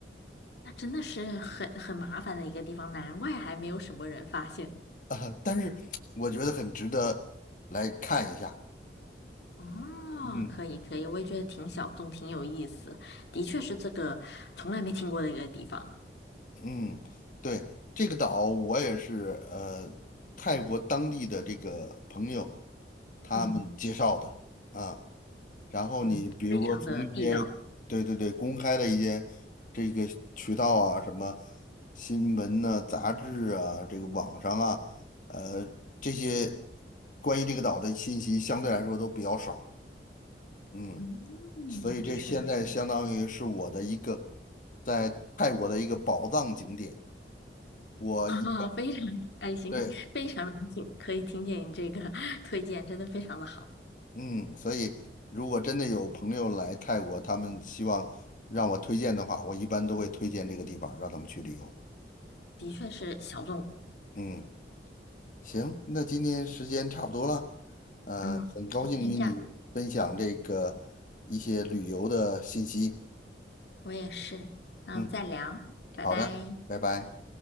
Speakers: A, on the left (about 75°); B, on the left (about 45°).
A: 那真的是很很麻烦的一个地方，难怪还没有什么人发现。
B: <laughs> 但是我觉得很值得来看一下。
A: 哦，
B: 嗯。
A: 可以可以，我也觉得挺小众，挺有意思，的确是这个从来没听过的一个地方。
B: 嗯，对，这个岛我也是呃，泰国当地的这个朋友他们介绍的啊。
A: 嗯。
B: 然后你比如说从一些对对对公开的一些这个渠道啊，
A: 嗯非常的地道。
B: 什么新闻呐、杂志啊、这个网上啊，呃，这些关于这个岛的信息相对来说都比较少。嗯，
A: 嗯，
B: 所以这现在相当于是我的一个
A: 的确是，
B: 在泰国的一个宝藏景点。我一
A: 啊，非常开心，
B: 对，
A: 非常荣幸可以听见你这个 <laughs> 推荐，真的非常的好，
B: 嗯，所以如果真的有朋友来泰国，他们希望让我推荐的话，我一般都会推荐这个地方让他们去旅游。
A: 的确是小众。
B: 嗯，行，那今天时间差不多了，呃，
A: 嗯，
B: 很高兴与你分享这个一些旅游的信息。
A: 那就先这样，我也是。那我们再聊，
B: 嗯，
A: 拜拜。
B: 好的，拜拜。